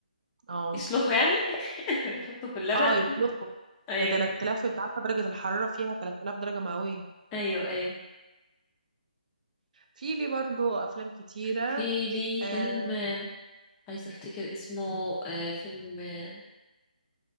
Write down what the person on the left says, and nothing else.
يسلخوا يعني <laughs> بيحطوا في اللبن
ايوه
ايوه ايوه
في لي
فيلم عايزة افتكر اسمه آه فيلم آه